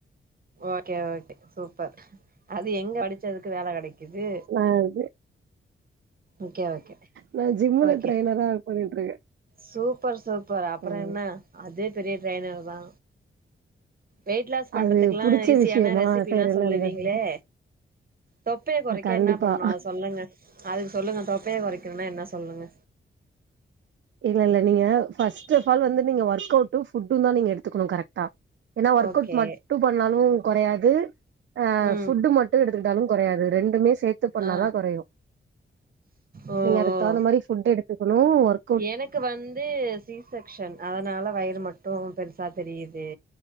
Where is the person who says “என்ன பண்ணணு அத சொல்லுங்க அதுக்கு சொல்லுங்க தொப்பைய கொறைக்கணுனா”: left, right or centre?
Right